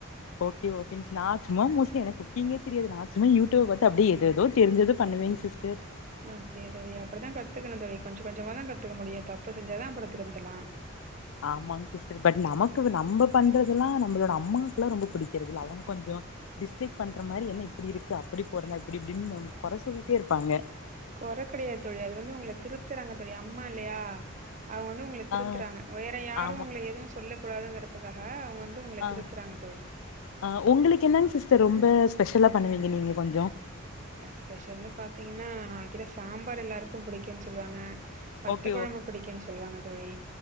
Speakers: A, on the left (about 75°); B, on the right (about 35°).
A: ஓகே ஓகேங் ஸ் நா சும்மா மோஸ்லி எனக் குக்கிங்கே தெரியாது நா சும்மா யூடூப்ப பாத்து அப்டியே ஏதேதோ தெரிஞ்சத பண்ணுவேங் சிஸ்டர்
B: அப்டியா தோழி அப்டி தா கத்துக்கணு தோழி கொஞ்ச கொஞ்சமா தா கத்துக்க முடியு தப்பு செஞ்சா தா அப்றோ திருந்தலா
A: ஆமாங் சிஸ்டர் பட் நமக்கு வ நம்ம பண்றதுல்லா நம்பளோட அம்மாக்குல்லா ரொம்ப புடிக்குறதுல்ல அவுங்க கொஞ்சோ டிஸ்லைக் பண்ற மாரி என்ன இப்டி இருக்கு அப்டி போடுங்க இப்டி இப்டின்னு நம கொற சொல்லிட்டே இருப்பாங்க
B: கொற கெடயாது தோழி அது வந்து உங்கள திருத்துறாங்க தோழி அம்மா இல்லயா அவுங்க வந்து உங்கள திருத்துறாங்க
A: ஆ
B: வேற யாரு
A: ஆமா
B: உங்கள எதுவு சொல்ல கூடாதுங்கறதுக்காக அவுங்க வந் து உங்கள
A: ஆ
B: திருத்துறாங்க தோழி
A: ஆ உங்களுக்கு என்னங்க சிஸ்டர் ரொம்ப ஸ்பெஷலா பண்ணுவீங்க நீங்க கொஞ்சோ
B: அ ஸ்பெஷல்ன்னு பாத்தீங்கனா நா வைக்கிற சாம்பார் எல்லாருக்கு புடிக்குன் சொல்லுவாங்க வத்த
A: ஓகே
B: கொழம்பு புடிக்கும்னு சொல்லுவாங்க தோழி